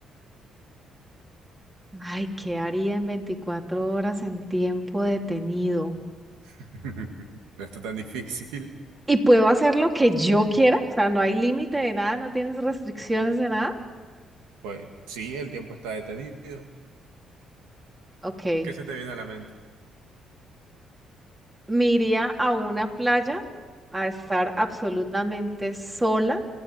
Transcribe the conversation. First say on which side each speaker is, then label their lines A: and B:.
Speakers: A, on the right; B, on the right.
A: Ay, ¿qué haría en 24 horas en tiempo detenido?
B: <laughs> No está tan difícil. <laughs>
A: Y puedo hacer lo que yo quiera, o sea, no hay límite de nada, no tienes restricciones de nada.
B: Pues sí, el tiempo está detenido.
A: Ok,
B: ¿Qué se te viene a la mente?
A: me iría a una playa a estar absolutamente sola,